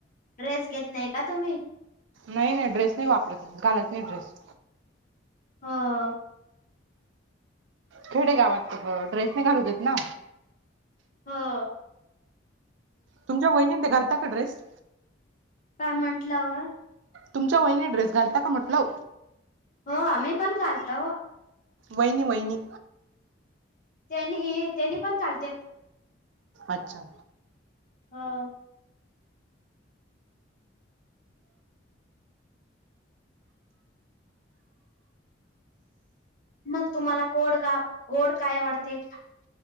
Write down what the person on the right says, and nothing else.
नाही -नाही ड्रेस नाई वापरत, घालत नाही ड्रेस.
खेडे गावात ड्रेस नाही घालू देत ना.
तुमच्या वहिणीनं ते घालता का ड्रेस?
तुमच्या वहिनी ड्रेस घालता का म्हटलं?
वैनी-वैनी
अच्छा!